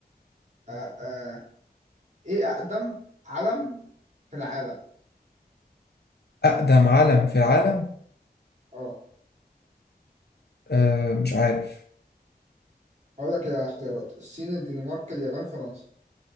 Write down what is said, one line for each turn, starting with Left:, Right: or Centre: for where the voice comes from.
Right: آه آه ايه اقدم علم في العالم
Left: أقدم علم في العالم
Right: اه
Left: آه مش عارف
Right: هقول لك يا اختيارات الصين الدنمارك اليابان فرنسا